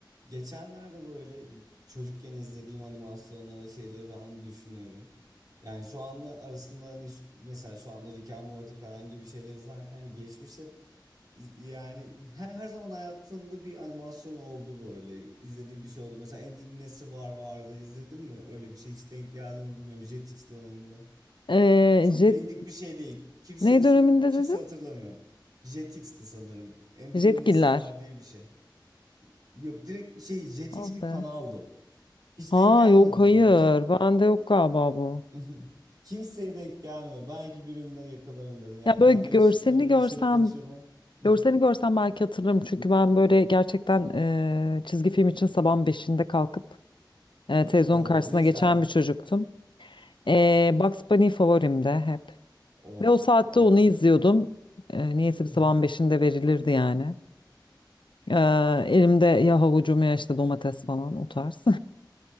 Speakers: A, on the right; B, on the left.
A: Geçenlerde böyle çocukken izlediğim animasyonlara şeyleri falan düşünüyorum. Yani şu anla arasında hani ş- mesela şu anda Rick and Morty falan gibi şeyler izlerken geçmişte iz- yani her, her zaman hayatımda bir animasyon oldu böyle. izlediğim bir şey oldu. Mesela Andy'nin nesi var vardı izledin mi? Öyle bir şey hiç denk geldi mi bilmiyorum Jetix döneminde.
B: Ee,
A: Çok
B: jet,
A: bilindik bir şey değil. Kimseye
B: ne
A: so-
B: döneminde
A: kimse
B: dedin?
A: hatırlamıyor. Jetix'ti sanırım. Andy'nin
B: Jetgiller.
A: nesi var diye bir şey. Yok direkt şey Jetix
B: Oh be.
A: bir kanaldı. Hiç
B: Ha
A: denk gelmedin
B: yok hayır.
A: mi? Ki
B: Bende yok galiba bu.
A: <laughs> kimseye denk gelmiyor. Belki birinden yakalarım dedim. Yani
B: Ya böyle
A: kendi
B: görselini
A: yaşıtlarımla
B: görsem,
A: şeyde konuşuyorum ama. <laughs>
B: görselini görsem belki hatırlarım. Çünkü ben böyle gerçekten e, çizgi film için sabahın beşinde kalkıp e, televizyon
A: Oo,
B: karşısına
A: ne izlerdin?
B: geçen bir çocuktum. E, Bugs Bunny favorimde hep.
A: Of,
B: Ve o saatte
A: evet.
B: onu izliyordum. E, niyeyse bir
A: <laughs>
B: sabahın beşinde verilirdi yani. E, elimde ya havucum ya işte domates falan o tarz.